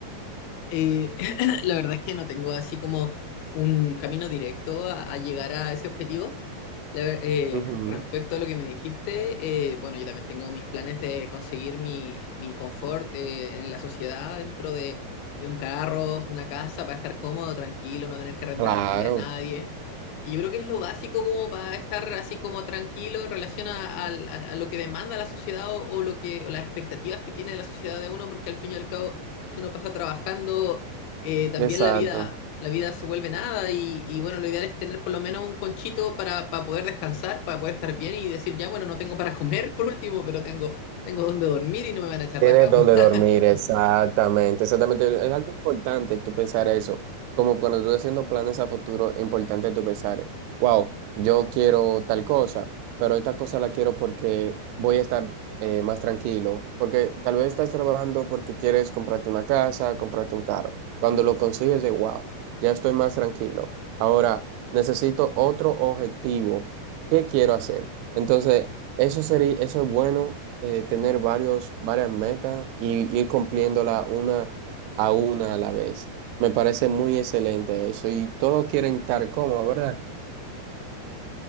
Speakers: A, on the left; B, on the right.
A: Eh, <clears throat> la verdad es que no tengo así como un camino directo a, a llegar a ese objetivo. La ver- eh,
B: Ujú,
A: respecto a lo que me dijiste, eh, bueno, yo también tengo mis planes de conseguir mi, mi confort eh, en la sociedad dentro de, de un carro, una casa, para estar cómodo, tranquilo, no tener que arrendarle
B: Claro,
A: a nadie. Y yo creo que es lo básico como para estar así como tranquilo en relación a, al- a- a lo que demanda la sociedad o, o lo que, o las expectativas que tiene la sociedad de uno, porque al fin y al cabo, si uno pasa trabajando, eh, también
B: exacto.
A: la vida, la vida se vuelve nada y, y bueno, lo ideal es tener por lo menos un conchito para, para poder descansar, para poder estar bien y decir, ya, bueno, no tengo para comer por último, pero tengo, tengo donde dormir y no me van a echar
B: Tienes
A: de acá.
B: donde
A: <laughs>
B: dormir, exactamente, exactamente. Es algo importante tú pensar eso. Como cuando tú estás haciendo planes a futuro, es importante tú pensar, wow, yo quiero tal cosa, pero esta cosa la quiero porque voy a estar eh, más tranquilo. Porque tal vez estás trabajando porque quieres comprarte una casa, comprarte un carro. Cuando lo consigues, de wow, ya estoy más tranquilo. Ahora necesito otro objetivo. ¿Qué quiero hacer? Entonces, eso sería, eso es bueno eh, tener varios, varias metas y ir cumpliéndola una a una a la vez. Me parece muy excelente eso y todos quieren estar cómodos, ¿verdad?